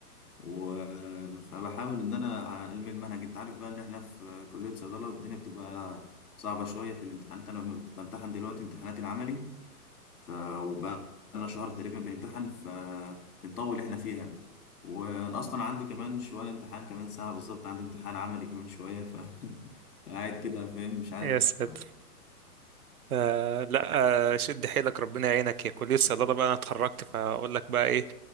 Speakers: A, on the left; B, on the right.
A: و... آه، فبحاول ان انا الم المنهج انت عارف بقى ان احنا في آه، كليه صيدله الدنيا بتبقى صعبه شويه في الامتحانات انا بمتحن دلوقتي امتحانات العملي ف وبقى لنا شهر تقريبا بنمتحن فبنطول احنا فيها وانا اصلا عندي كمان شويه امتحان كمان ساعه بالظبط عندي امتحان عملي كمان شويه ف <laughs> فقاعد كده فاهم مش عارف
B: يا ساتر أه لا أه شد حيلك ربنا يعينك يا كلية صيدلة بقى انا اتخرجت فاقول لك بقى ايه